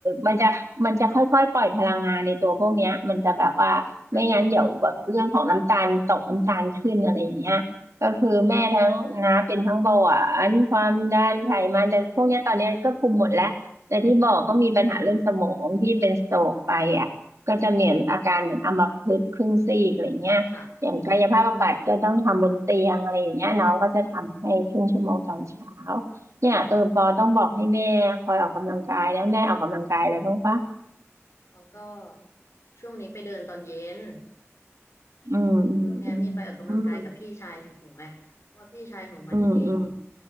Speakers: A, on the right; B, on the left.
A: มันจะมันจะค่อยๆปล่อยพลังงานในตัวพวกเนี้ยมันจะแบบว่าไม่งั้นเดี๋ยวแบบเรื่องของน้ำตาลตกน้ำตาลขึ้นอะไรอย่างเงี้ยก็คือแม่ทั้งน้าเป็นทั้งเบาหวานความดันไขมันแต่พวกเนี้ยตอนเนี้ยก็คุมหมดแล้วแต่ที่บอกก็มีปัญหาเรื่องสมองที่เป็นสโตรกไปอ่ะก็จะเหมือนอาการเหมือนอัมพฤกษ์ครึ่งซีกอะไรเงี้ยอย่างกายภาพบำบัดก็ต้องทำบนเตียงอะไรอย่างเงี้ยน้องก็จะทำให้ครึ่งชั่วโมงตอนเช้า
B: อือฮึค่ะ
A: เนี่ยเออปอต้องบอกให้แม่คอยออกกำลังกายนะแม่ออกกำลังกายอะไรบ้างปะ
B: เขาก็ช่วงนี้ไปเดินตอนเย็น
A: อืมอืมอืม
B: ช่วงเนี้ยมีไปออกกำลังกายกับพี่ชายหนูไงเพราะว่าพี่ชายหนูมันในนี่
A: อืมอืม